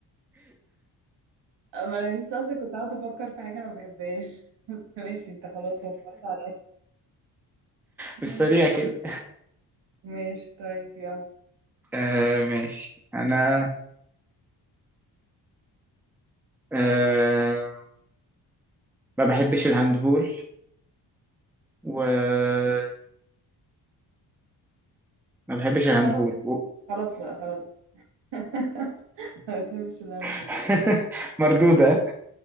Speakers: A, on the right (about 70°); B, in the centre.
A: ما انا لسه اصلا كنت قاعده افكر في حاجه انا ما بحبهاش <laughs> بس ماشي انت خلاص وفرت عليا
B: في
A: ماشي
B: السريع كده
A: ماشي طيب يلا
B: آه ماشي أنا آه ما بحبش الهاندبول وما بحبش الهاندبول
A: خلاص
B: و...
A: خلاص بقى خلاص <laughs> ما بتحبش اللامبو
B: <laughs> مردودة